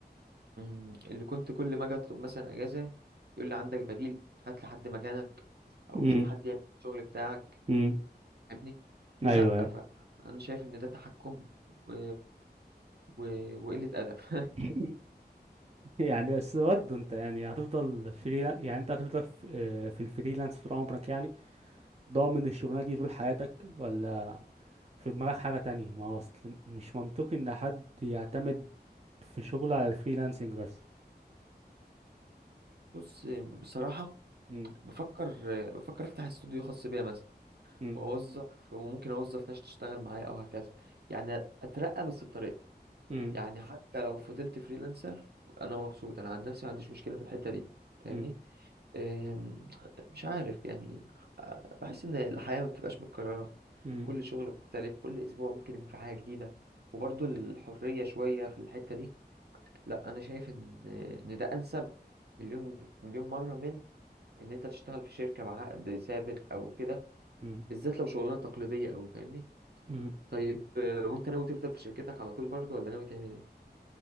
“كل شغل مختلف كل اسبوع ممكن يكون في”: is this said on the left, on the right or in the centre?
Right